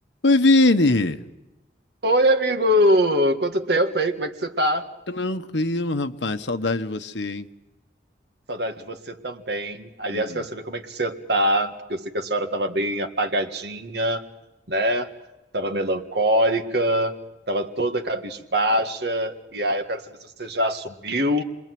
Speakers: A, on the left (about 85°); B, on the right (about 70°).
A: Oi, Vini!
B: Oi, amigo! Quanto tempo aí? Como é que você tá?
A: Tranquilo, rapaz. Saudade de você, hein?
B: Saudade de você também. Aliás,
A: Hum.
B: quero saber como é que você tá, porque eu sei que a senhora estava bem apagadinha, né? Tava melancólica, tava toda cabisbaixa. E aí eu quero saber se você já assumiu